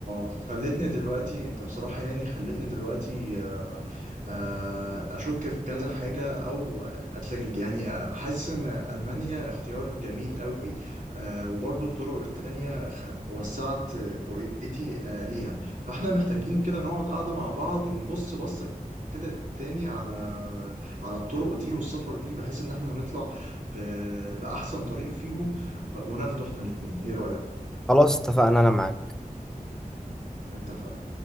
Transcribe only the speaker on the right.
خلتني دلوقتي انت بصراحة يعني خلتني دلوقتي آه، آه، اشك في كذا حاجة او اتلجلج يعني آه، حاسس ان المانيا اختيار جميل قوي آه، وبرضو الطرق التانية خ- وسعت رؤيتي آه، ليها فاحنا محتاجين كده نقعد قاعدة مع بعض ونبص بصة كده تاني على على الطرق دي والسفر دي بحيث ان احنا نطلع ب- بأحسن طريق فيهم وناخده احنا الاتنين ايه رأيك؟
اتفقنا